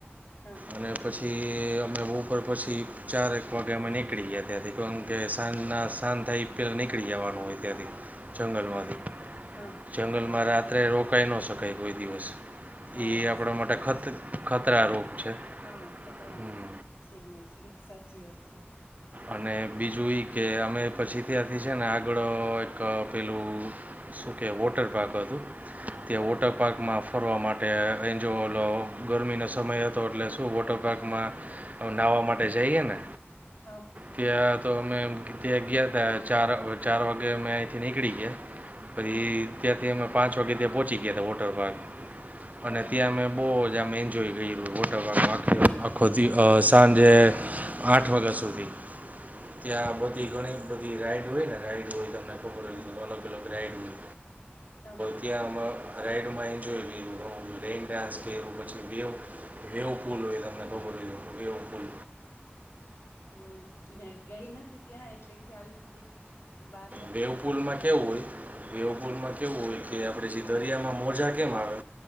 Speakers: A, on the left (about 80°); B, on the right (about 40°).
A: હા
B: અને પછી અમે બપોર પછી ચારૅક વાગ્યા અમે નીકળી ગયા ત્યાંથી કારણ કે સાંજના શાંત થાય એ પહેલા નીકળી જવાનું હોય ત્યાંથી જંગલમાંથી
A: હા હા હા
B: જંગલમાં
A: બરાબર
B: રાત્રે રોકાઈ ન શકાય કોઈ દિવસ
A: હા
B: ઈ
A: એ
B: આપડા
A: તો સાચી
B: માટે
A: વાત
B: ખત
A: છે
B: ખતરા રોપ છે
A: હા ખતરા
B: હમ.
A: સિગ્નલ છે સાચી વાત છે
B: અને બીજું ઈ કે અમે પછી ત્યાંથી છે ને આગળ એક પેલું શું કે વોટરપાર્ક હતું ત્યાં
A: બરાબર
B: વોટર પાર્કમાં ફરવા માટે એન્જોલો ગરમીનો સમય હતો એટલે શું વોટર
A: હમ
B: પાર્કમાં નાહવા માટે જઈએ ને
A: હા
B: ત્યાં તો મેં ત્યાં ગયા તા ચાર ચાર વાગે અમે અયથી નીકળી ગયા પછી
A: હમ
B: ત્યાંથી અમે પાંચ વાગે ત્યાં પહોંચી ગયા હતા વોટર પાર્ક
A: બરાબર
B: અને ત્યાં અમે બો જ આમ એન્જોય કયરુ વોટરપાર્કમાં આખો દિ અ સાંજે આઠ વાગ્યા સુધી ત્યાં
A: અચ્છા
B: બધી ઘણી બધી રાઈડ હોય ને રાઈડ હોય તમને
A: હમ
B: હોય તો અલગ અલગ રાઇડ
A: ત
B: ત્યાં અમ રાઈડમાં એન્જોય લીધું મેઇન ડાન્સ કર પછી બેવ બેવ પુલ હોય તમને ખબર હોઈ તો બેવ પુલ
A: હમ ગઈ નથી ત્યાં એટલે ખ્યાલ નથી બા
B: વેવ પુલ માં કેવું હોય વેવપુલ માં કેવું હોય કે આપડે જે
A: હમ
B: દરિયામાં મોજા કેમ આવે